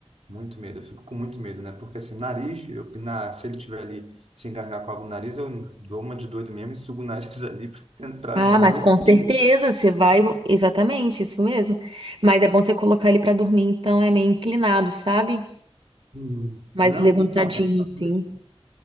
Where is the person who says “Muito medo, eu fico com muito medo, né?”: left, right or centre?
Right